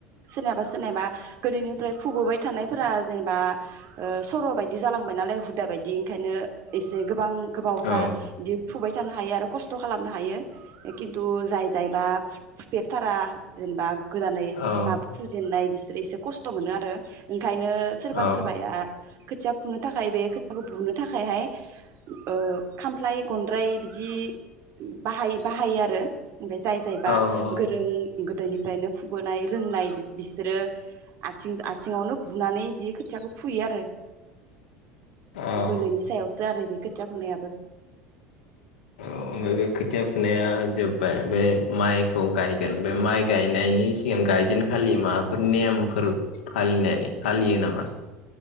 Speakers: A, on the right; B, on the left.
A: सोरनिबा सोरनिबा गोदोनिफ्राय फुबबाय थानायफोरा जेनेबा ओ सर' बायदि जालांबाय नालाय हुदा बायदि ओंखायनो एसे गोबां गोबावथार
B: औ
A: बि फुबाय थानो हायो आरो खस्थ' खालामनो हायो खिन खिनथु जाय जायबा फुफेरथारा जेनेबा गोदानै
B: औ
A: माबा फुजेननाय बिसो बि एसे खस्थ' मोनो आरो ओंखायनो सोरबा
B: औ
A: सोरबाया खोथिया फुनो थाखाय बे खोथियाखौ बुनो थाखायहाय ओ खामफ्लाय गनद्राय बिदि बाहाय बाहायो आरो। ओमफ्राय जाय जायबा
B: औ औ
A: गोरों गोदोनिफ्रायनो फुबोनाय रोंनाय बिसोरो आथिं आथिङावनो बुनानै बिदि खोथियाखौ फुयो आरो।
B: औ
A: बोलोनि सायावसो आरो बे खोथिया फुनायाबो
B: औ ओमफ्राय बे खोथिया फुनाया जोब्बाय बे माइखौ गायगोन बे माइ गायनायनि सिगां गायजेनखालि माबाफोर नेमफोर फालिनाय फालियो नामा